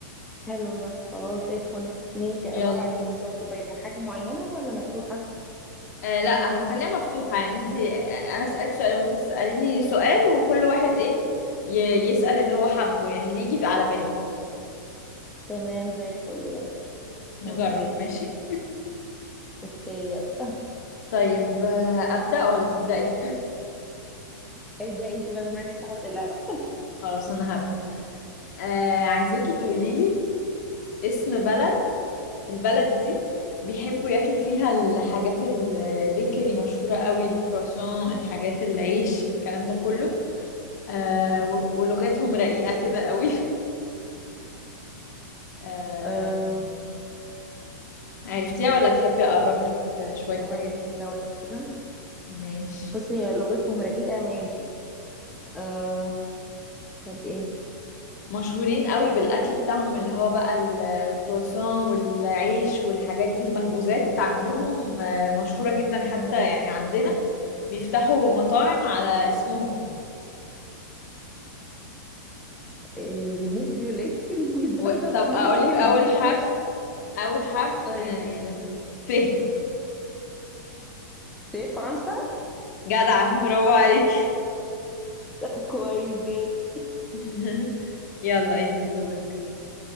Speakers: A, in the centre; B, on the left (about 55°).
A: حلو ده خلاص زي الفل ماشي عبارة
B: يلا
A: عن ايه بالظبط طيب عن حاجة معينة ولا مفتوحة
B: آه لا هنخليها مفتوحه يعني انت انا اسالك سؤال وانت تساليني سؤال وكل واحد ايه ي- يسال اللي هو حبه يعني اللي يجي على بالك
A: تمام زي الفل يلا
B: نجرب
A: موافقة جدا
B: ماشي
A: اوكي يلا
B: طيب آه، ابدا ولا تبداي <laughs>
A: ابدأ انت بقى بما انك صاحبة اللعبة
B: خلاص انا هبدا آه عايزاكي
A: <laughs>
B: تقولي
A: تمام
B: لي اسم بلد البلد دي بيحبوا ياكلوا فيها الحاجات البيكري مشهورة قوي الكرواسون الحاجات العيش الكلام ده كله آه
A: امم
B: و- ولغتهم رقيقة كده قوي <laughs> آه
A: آه،
B: عرفتيها ولا تحبي أقرب لك شوية
A: ثواني
B: حاجات
A: ثواني كده
B: ماشي
A: بص هي لغتهم رقيقة ماشي آه طب ايه
B: مشهورين قوي بالأكل بتاعهم اللي هو بقى الكرواسون والعيش والحاجات دي المخبوزات عندهم آه، مشهورة جدا حتى
A: مم.
B: يعني عندنا بيفتحوا مطاعم على اسمهم
A: إيه دي الهند دي ولا ايه <laughs> مش الدرجة
B: و...
A: الزبون
B: طب أقولك
A: دي
B: أول
A: دي
B: حرف
A: ولا مش
B: أول حرف
A: طيب
B: من ال
A: ماشي
B: ف
A: في فرنسا
B: جدعة برافو عليك
A: كويس جدا
B: <laughs> يلا انت دور